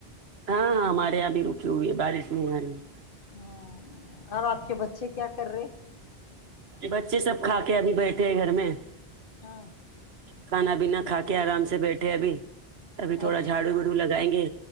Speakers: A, on the right; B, on the left.
A: ہاں ہاں ہمارے یہاں بھی رکی ہوئی ہے بارش نہیں آ رہی ہے
B: ہ اور آپ کے بچے کیا کر رہے
A: بچے سب کھا کے ابھی بیٹھے ہیں گھر میں
B: ہاں
A: کھانا پینا کھا کے آرام سے بیٹھے ابھی ابھی تھوڑا
B: اچھا
A: جھاڑو بڑ لگائیں گے